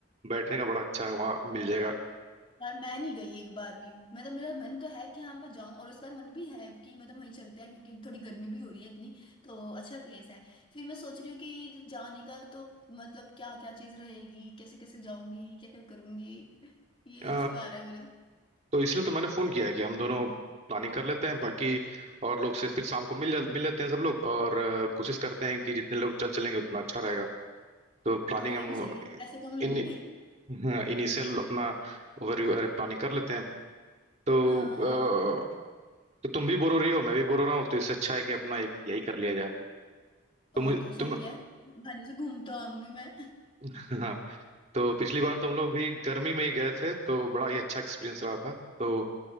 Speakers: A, on the right; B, on the left.
A: बैठने का बड़ा अच्छा है वहाँ मिल जाएगा
B: यार मैं नहीं गई एक बार भी मतलब मेरा मन तो है कि हाँ मैं जाऊं और इस बार मन भी है कि मतलब वहीं चलते हैं क्योंकि थोड़ी गर्मी भी हो रही है इतनी तो अच्छा प्लेस है फिर मैं सोच रही हूँ कि जाने का तो मतलब क्या क्या चीज रहेगी कैसे कैसे जाऊंगी क्या क्या करूंगी ये
A: अ,
B: इशू आ रहा है मेरे साथ।
A: तो इसलिए तो मैंने फोन किया है कि हम दोनों प्लानिंग कर लेते हैं बाकी और लोग से फिर शाम को मिल जा मिल लेते हैं सब लोग और अ, कोशिश करते हैं कि जितने लोग चल चलेंगे उतना अच्छा रहेगा तो प्लानिंग
B: हाँ ये
A: हम
B: भी सही है पैसे कम लगेंगे
A: इन हाँ, इनिशियल अपना ओवरव्यू अरे प्लानिंग कर लेते हैं तो,
B: हाँ
A: अ,
B: हाँ
A: तो तुम भी बोर हो रही हो मैं भी बोर हो रहा हूँ तो इससे अच्छा है कि अपना एक यही कर लिया जाए तो
B: और
A: मुझे
B: क्या सही
A: तुम
B: है बहाने से घूम तो आऊंगी मैं
A: <laughs> तो पिछली बार तो हम लोग भी गर्मी में ही गए थे तो बड़ा ही अच्छा एक्सपीरियंस रहा था तो